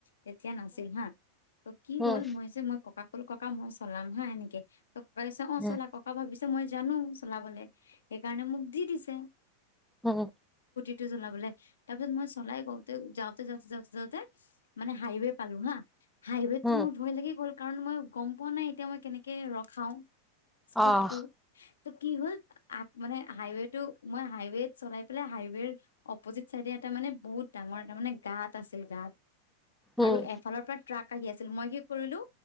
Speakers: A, on the left; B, in the centre.
A: তেতিয়া নাছিল হা, ত কি হ'ল
B: উম
A: মই যে মই ককাক ব'ল ককা মই চলাম হা এনেকে, ত কাক অ চলা
B: উম
A: ককা ভাবিছো মই জানো চলাবলে, সেইকাৰণে মোক দি দিছে।
B: অহ।
A: টো চলাবলে, তাৰ পিছত মই চলাই গওঁতে যাওঁতে যাওঁতে যাওঁতে যাওঁতে মানে হাইৱে পালো হা হাইৱেটো
B: উম
A: মোৰ ভয় লাগি গ'ল, কাৰণ মই গম পোৱা নাই এতিয়া মই কেনেকে ৰখাও স্কুটিটো।
B: আহ
A: ত কি হ'ল, মানে হাইৱেটো মই হাইৱেত চলাই পেলাই হাইৱেৰ অপজিত চাইডে তাৰ মানে বহুত ডাঙৰ এটা মানে গাত আছিল গাত।
B: উম
A: আৰু এফালৰ পৰা ট্ৰাক আহি আছিল, মই কি কৰিলো